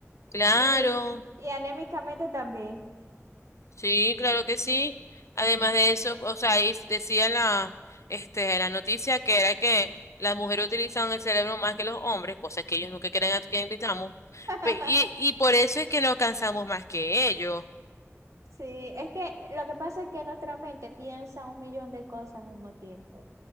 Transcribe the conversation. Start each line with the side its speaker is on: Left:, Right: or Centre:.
Left: claro.
Right: y, y anémicamente también.
Left: Sí,
Right: Sí.
Left: claro que sí. Además de eso, o sea, ahí decía en la, este, en la noticia que era que las mujeres utilizan el cerebro más que los hombres, cosas que ellos nunca creen que invitamos.
Right: <laughs>
Left: Pe- Y, y por eso es que nos cansamos más que ellos.
Right: Sí, es que lo que pasa es que nuestra mente piensa un millón de cosas al mismo tiempo.